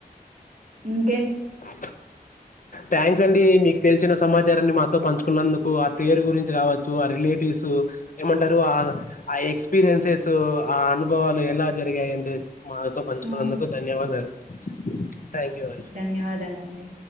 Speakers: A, on the right; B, on the left.
A: ఉ హ్
B: ఓ థ్యాంక్స్ అండి. మీకు తెలిసిన సమాచారాన్ని మాతో పంచుకున్నందుకు. ఆ తేరు గురించి కావచ్చు ఆ రిలేటివ్స్ ఏమంటారు. ఆ ఆ ఎక్స్పీరియన్సెస్ ఆ అనుభవాలు ఎలా జరిగాయి అంతే మాతో పంచుకున్నందుకు
A: ఆ!
B: ధన్యవాదాలు. థ్యాంక్ యూ అం
A: న్యవాదాలండి.